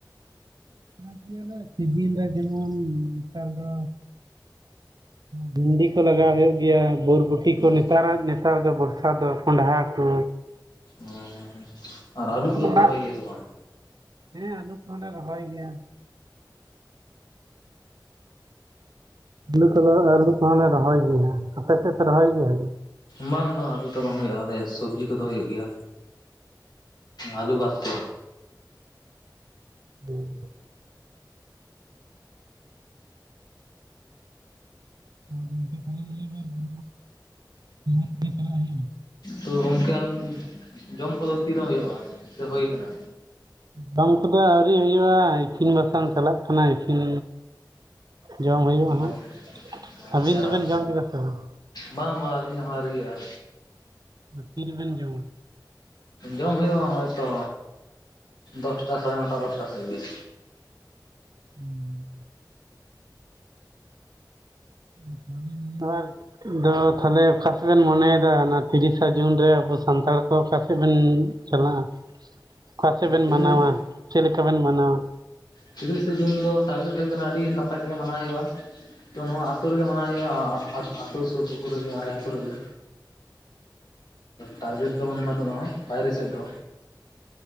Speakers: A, on the right; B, on the left.
A: ᱪᱟᱥ ᱜᱮᱭᱟ ᱞᱮ ᱥᱤᱡᱤᱱ ᱨᱮ ᱡᱮᱢᱚᱱ ᱱᱮᱛᱟᱨ ᱫᱚ ᱵᱷᱤᱱᱰᱤ ᱠᱚ ᱞᱟᱜᱣ ᱦᱳᱭᱳᱜ ᱜᱮᱭᱟ ᱵᱚᱨᱵᱚᱴᱤ ᱠᱚ
B: ᱚ
A: ᱱᱮᱛᱟᱨᱟᱜ ᱱᱮᱛᱟᱨ ᱫᱚ ᱵᱚᱨᱥᱟ ᱫᱚ ᱠᱚᱸᱰᱷᱟ ᱠᱚ
B: ᱦᱮᱸ ᱟᱨ
A: ᱡᱮᱢᱚᱱ
B: ᱟᱹᱞᱩ ᱠᱚᱫᱚ
A: ᱚᱲᱟᱜ
B: ᱯᱮ ᱨᱚᱦᱚᱭ ᱜᱮᱭᱟ ᱥᱮ ᱵᱟᱝ
A: ᱦᱮᱸ ᱟ. ᱞᱩ ᱠᱚᱦᱚ ᱞᱮ ᱨᱚᱦᱚᱭ ᱜᱮᱭᱟ ᱟᱞᱩ ᱟᱞᱩ ᱠᱚᱦᱚ ᱞᱮ ᱨᱚᱦᱚᱭ ᱜᱮᱭᱟ ᱟᱯᱮᱥᱮᱫ ᱯᱮ ᱨᱚᱦᱚᱭ ᱜᱮᱭᱟ
B: ᱵᱟᱝ ᱵᱟᱝ ᱟᱞᱩ ᱫᱚ ᱵᱟᱝ ᱦᱳᱭᱳᱜ-ᱟ ᱟᱞᱮ ᱥᱚᱵᱡᱤ ᱠᱚᱫᱚ ᱦᱳᱭᱳᱜ ᱜᱮᱭᱟ ᱟᱞᱩ ᱵᱟᱛ ᱛᱮ
A: ᱦᱩᱸ ᱜᱚᱢᱠᱮ ᱛᱟᱦᱚᱞᱮ ᱱᱤᱭᱟᱹᱵᱟᱨ ᱫᱚ ᱚᱱᱛᱮ ᱪᱟᱞᱟᱜ ᱦᱳᱭᱳᱜ-ᱟ᱾
B: ᱛᱚ ᱜᱚᱢᱠᱮ ᱟᱢ ᱡᱚᱢ ᱠᱚᱫᱚ ᱛᱤᱨᱮ ᱦᱳᱭᱳᱜᱼᱟ ᱥᱮ ᱦᱳᱭ ᱟᱠᱟᱱᱟ
A: ᱫᱚᱢ ᱠᱚᱫᱚ ᱟᱹᱣᱨᱤ ᱦᱩᱭᱩᱜᱼᱟ ᱤᱥᱤᱱ ᱵᱟᱥᱟᱝ ᱪᱟᱞᱟᱜ ᱠᱟᱱᱟ ᱤᱥᱤᱱ ᱡᱚᱢ ᱦᱩᱭᱩᱜᱼᱟ ᱦᱟᱸᱜ
B: ᱚ ᱟᱪᱪᱷᱟ
A: ᱟᱹᱵᱤᱱ ᱫᱚᱵᱮᱱ ᱡᱚᱢ ᱠᱮᱫᱟ ᱥᱮ ᱵᱟᱝ
B: ᱵᱟᱝ ᱵᱟᱝ ᱟᱹᱞᱤᱧᱟᱜ ᱦᱚᱸ ᱟᱣᱨᱤ ᱦᱩᱭᱩᱜ-ᱟ
A: ᱛᱤ ᱨᱮᱵᱮᱱ ᱡᱚᱢᱟ
B: ᱡᱚᱢ ᱦᱩᱭᱩᱜᱼᱟ ᱦᱚᱜ-ᱚᱭ ᱛᱚ ᱫᱚᱥᱴᱟ ᱥᱟᱲᱮ ᱱᱚᱴᱟ ᱫᱚᱥᱴᱟ ᱥᱮᱫ ᱜᱮ
A: ᱩᱸ <unintelligible> ᱟᱫᱚ ᱛᱷᱟᱞᱮ ᱚᱠᱟᱥᱮᱫ ᱮᱱ ᱢᱚᱱᱮᱭᱮᱫᱟ ᱚᱱᱟ ᱛᱤᱨᱤᱥᱟ ᱡᱩᱱ ᱨᱮ ᱟᱵᱚ ᱥᱟᱱᱛᱟᱲ ᱠᱚ ᱚᱠᱟᱥᱮᱫ ᱵᱤᱱ ᱪᱟᱞᱟᱜᱼᱟ ᱚᱠᱟ ᱥᱮᱜ ᱵᱤᱱ
B: ᱛᱤᱨᱤᱥ
A: ᱢᱟᱱᱟᱣᱟ ᱪᱮᱜ ᱞᱮᱠᱟᱵᱮᱱ ᱢᱟᱱᱟᱣᱟ
B: ᱛᱤᱨᱤᱥᱮ ᱡᱩᱱ ᱫᱚ ᱴᱟᱨᱜᱮᱴ ᱦᱩᱭ ᱠᱟᱱᱟ ᱟᱹᱰᱤ ᱱᱟᱯᱟᱭ ᱛᱮᱜᱮ ᱢᱟᱱᱟᱣ ᱦᱩᱭᱩᱜᱼᱟ ᱛᱚ ᱱᱚᱣᱟ ᱟᱹᱛᱳ ᱨᱮᱜᱮ ᱢᱟᱱᱟ ᱦᱩᱭᱩᱜᱼᱟ <inaudible> ᱟᱹᱛᱩ ᱥᱩᱨ ᱥᱩᱯᱩᱨ ᱨᱮᱜᱮ ᱟᱞᱮ ᱟᱹᱛᱩ ᱨᱮᱜᱮ ᱴᱟᱨᱜᱮᱴ ᱫᱚ ᱵᱚᱱ ᱵᱟᱹᱱᱩᱜᱼᱟ ᱵᱟᱭᱨᱮ ᱥᱮᱫ ᱫᱚ